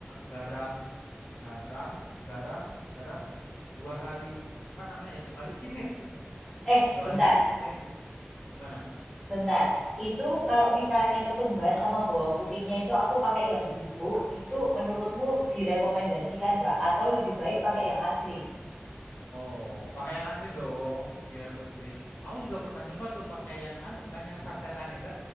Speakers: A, on the left; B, in the centre.
A: garam, garam, garam, garam dua kali apa namanya? ya, Dua kali cimit udah.
B: Eh,
A: Dua
B: bentar,
A: kali cimit cuma yuk, gimana?
B: bentar. Itu kalau misalnya ketumbar sama bawang putihnya itu aku pakai yang bubuk, itu menurutmu direkomendasikan nggak? Atau lebih baik pakai yang asli?
A: Oh, pakai yang asli dong, biar lebih. Aku juga pernah nyoba tuh pakai yang anu kan yang sasetan itu.